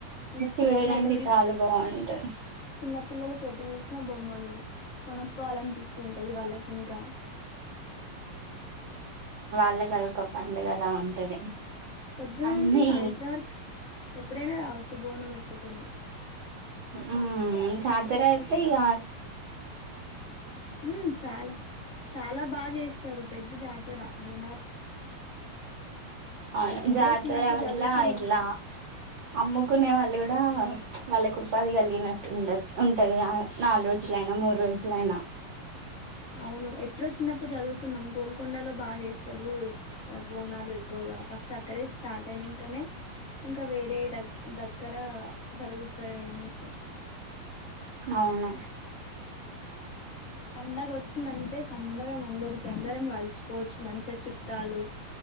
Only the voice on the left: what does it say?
ఇంకా
చిన్న పిల్లలకి
చిన్న పిల్లల ఎడ్ చూసిన బొమ్మలు కొనుక్కోవాలనిపిస్తు అది వాళ్ళకి ఇంకా
పొద్దున
నుంచి సాయంత్రం వరకు ఎప్పుడైనా రావచ్చు బోనం ఎత్తుకొని
ఊ చాలా చాలా బాగా చేస్తారు పెద్ద జాతర బోన్
ఎప్పుడో
చిన్నప్పుడు
చదువుకున్నాం
అవును ఎప్పుడో చిన్నప్పుడు చదువుకున్నాం గోల్కొండలో బాగా చేస్తారు బోనాలు ఎక్కువగా ఫస్ట్ అక్కడే స్టార్ట్ అయినంకనే ఇంకా వేరే ద దగ్గర జరుగుతాయి అనేసి.
పండగ వచ్ చ్చిదంటె సాల్ అందరం అందరికి అందరం కలుసుకోవచ్చు మంచిగా చుట్టాలు.